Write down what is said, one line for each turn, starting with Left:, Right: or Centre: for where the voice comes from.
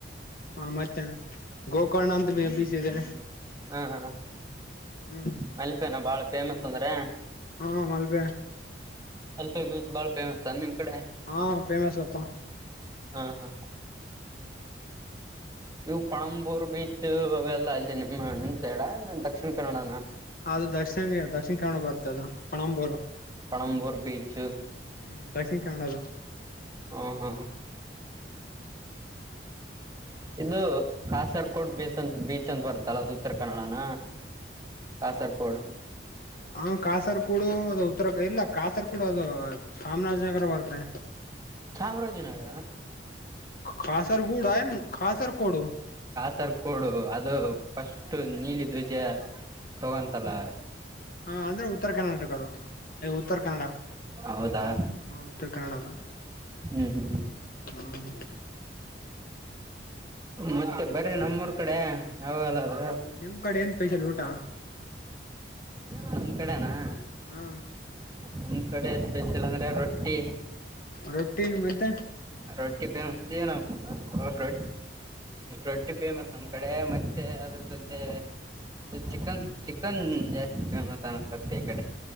Left: ಹಾ ಮತ್ತೆ ಗೋಕರ್ಣ ಅಂತ ಬೀಚ್ ಇದೆ
Right: ಹಾ ಹಾ
Left: ಹ್ಮ
Right: ಮಲ್ಪೆನ ಬಾಳ ಫೇಮಸ್ ಅಂದ್ರೆ
Left: ಹಾ ಮಲ್ಪೆ
Right: ಅಲ್ಫೆ ಬೀಚ್ ಬಾಳ ಫೇಮಸ್ಸ ನಿಮ್ ಕಡೆ
Left: ಹಾ ಫೇಮಸ್ ಅಪ್ಪಾ
Right: ಹಾ ಹಾ ಇವು ಪಳಂಬೂರ್ ಬೀಚ್ ಅವೆಲ್ಲ ಅಲ್ಲಿ ನಿಮ್ಮ ನಿಮ್ ಸೈಡ ದಕ್ಷಿಣ ಕನ್ನಡನ
Left: ಅದು ದಕ್ಷಿಣ ದಕ್ಷಿಣ ಕನ್ನಡ ಬರುತ್ತೆ ಅದು ಪಣಂಬೂರು
Right: ಪಣಂಬೂರ್ ಬೀಚ್
Left: ಹ್ಮ್ ದಕ್ಷಿಣ ಕನ್ನಡದು
Right: ಹಾ ಹಾ ಇದು ಕಾಸರ್ಕೋಡ್ ಬೀಸ್ ಅಂತ ಬೀಚ್ ಅಂತ ಬರುತ್ತಲ್ಲ ಅದು ಉತ್ತರ ಕನ್ನಡನ ಕಾಸರ್ ಕೋಡ್
Left: ಹ ಕಾಸರ್ ಕೂಡು ಅದು ಉತ್ತರ ಇಲ್ಲ ಕಾಸರ್ ಕೂಡು ಅದು ಚಾಮರಾಜನಗರ ಬರುತ್ತೆ
Right: ಚಾಮರಾಜನಗರ
Left: ಕಾಸರ್ಗುಡ ಆನು ಕಾಸರ್ಗೋಡು
Right: ಸರ್ ಕೊಡು ಅದು ಫಸ್ಟ್ ನೀಲಿ ಧ್ವಜ ತಗೊಂತಲ್ಲ
Left: ಹ ಅಂದ್ರೆ ಉತ್ತರ ಕರ್ನಾಟಕ ಅದು ಉತ್ತರ ಕನ್ನಡ
Right: ಹೌದಾ
Left: ಹ ಹ ಉತ್ತರ ಕನ್ನಡ ಅದು
Right: ಹ್ಮ್ ಹ್ಮ್
Left: ಹ್ಮ್
Right: ಮತ್ತೆ ಬರೀ ನಮ್ಮೂರ್ ಕಡೆ ಯಾವಾಗಲ್ಲ ಅದು
Left: ನಿಮ್ ಕಡೆ ಏನ್ ಸ್ಪೆಷಲ್ ಊಟ
Right: ನಮ್ ಕಡೆನಾ
Left: ಹಾ
Right: ನಮ್ ಕಡೆ ಸ್ಪೆಷಲ್ ಅಂದ್ರೆ ರೊಟ್ಟಿ
Left: ರೊಟ್ಟಿ ಮತ್ತೆ
Right: ರೊಟ್ಟಿ ಫೇಮಸ್ ಏನ ರ ರೊಟ್ಟಿ ಫೇಮಸ್ ನಮ್ಮ ಕಡೆ ಮತ್ತೆ ಅದ್ರ ಜೊತೆ ಚಿಕನ್ ಚಿಕನ್ ಜಾಸ್ತಿ ಫೇಮಸ್ ಸತ್ತ ಈ ಕಡೆ